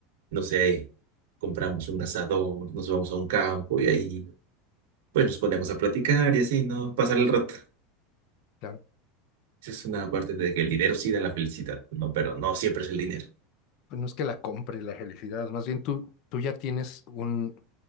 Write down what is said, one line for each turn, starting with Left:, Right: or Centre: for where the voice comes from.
Right: no sé. compramos un asador, nos vamos a un campo y ahí pues nos ponemos a platicar y así, ¿no? Pasar el rato.
Left: Claro.
Right: Esa es una parte de que el dinero sí da la felicidad, ¿no? Pero no siempre es el dinero.
Left: pues no es que la compre la felicidad, más bien tú, tú ya tienes un,